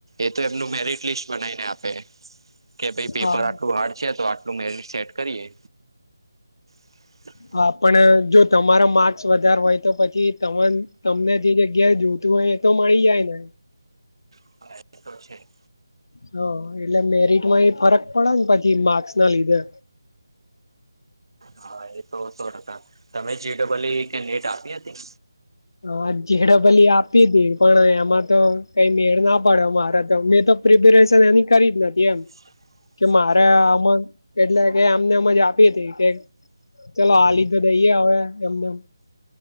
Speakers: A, on the right; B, on the left.
A: એ તો એમનું મેરિટ લિસ્ટ બનાવીને આપે કે ભાઈ પેપર
B: હા
A: આટલું હાર્ડ છે તો આટલું મેરિટ સેટ કરીએ. <inaudible> <unintelligible>
B: હા પણ જો તમારો માર્ક્સ વધારે હોય તો પછી તમને જે જગ્યાએ જોતું હોય. તો મળી જાય ને
A: હા એ છે
B: હ એટલે મેરિટમાં એ ફરક પડે ને પછી માર્ક્સ ના લીધે
A: હા એ તો સો ટકા. તમે જી ડબલ્યુ કે નેટ આપી હતી.
B: હા જેડડબલી આપી હતીી પણ એમાં તો કઈ મેળ ના પડ્યો મારા તો મેં તો પ્રિપેરેશન એની કરી જ નથી એમ
A: <inaudible> <unintelligible>
B: કે મારે આમાં એટલે કે અમનેમજ આપી હતી કે ચલો હ લીધો દઈએ હવે એમનેમ